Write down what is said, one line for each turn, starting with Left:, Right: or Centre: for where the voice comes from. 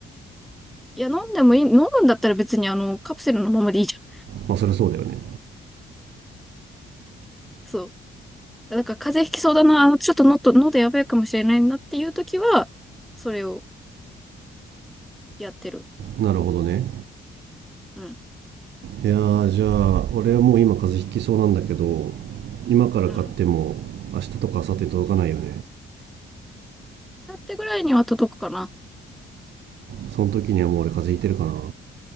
Centre: いや、飲んでもいい、飲むんだったら別にあの、カプセルのままでいいじゃん。
Right: まあ、そりゃそうだよね。
Centre: そう。だから風邪ひきそうだな、あのちょっとのと、喉やばいかもしれないなっていう時は、それをやってる。
Right: なるほどね。
Centre: うん。
Right: いやーじゃあ俺はもう今風邪ひきそうなんだけど今から買っても明日とか明後日届かないよね
Centre: うん。明後日ぐらいには届くかな。
Right: その時にはもう俺風邪ひいてるかな